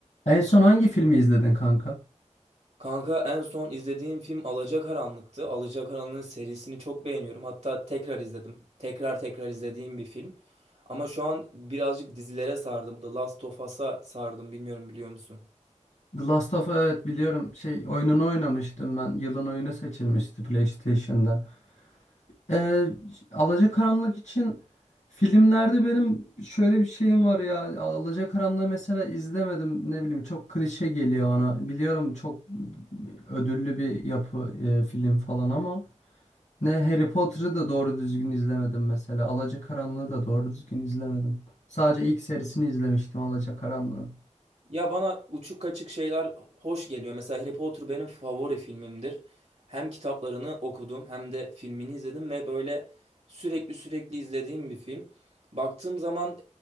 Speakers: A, on the left; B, on the right.
A: En son hangi filmi izledin kanka?
B: Kanka en son izlediğim film Alacakaranlık'tı. Alacakaranlık serisini çok beğeniyorum. Hatta tekrar izledim. Tekrar tekrar izlediğim bir film. Ama şu an birazcık dizilere sardım. The Last of Us'a sardım. Bilmiyorum biliyor musun?
A: The Last of Us evet biliyorum. Şey oyununu oynamıştım ben. Yılın oyunu seçilmişti PlayStation'da. Ee, Alacakaranlık için filmlerde benim şöyle bir şeyim var ya. Alacakaranlığı mesela izlemedim. Ne bileyim çok klişe geliyor bana. Biliyorum çok ödüllü bir yapı e, film falan ama ne Harry Potter'ı da doğru düzgün izlemedim mesela. Alacakaranlığı da doğru düzgün izlemedim. Sadece ilk serisini izlemiştim Alacakaranlığı.
B: Ya bana uçuk kaçık şeyler hoş geliyor. Mesela Harry Potter benim favori filmimdir. Hem kitaplarını okudum hem de filmini izledim ve böyle sürekli sürekli izlediğim bir film. Baktığım zaman